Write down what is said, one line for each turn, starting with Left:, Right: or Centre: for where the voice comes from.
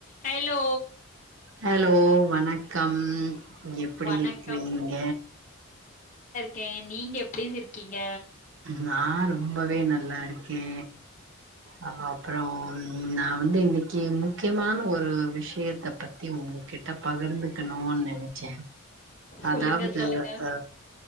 Left: Hello!
Right: Hello வணக்கம் எப்படி
Left: வணக்கம்.
Right: இருக்றீங்க
Left: கே நீங்க எப்டி இருக்கீங்க
Right: நா ரொம்பவே நல்லாருக்கே ஆ அப்றோம் நா வந்து இன்னைக்கு முக்கியமான ஒரு விஷயத்த பத்தி உங்ககிட்ட பகிர்ந்துக்கணுன் நெனச்ச அதாவுது
Left: சொல்லுங்க, சொல்லுங்க.
Right: அ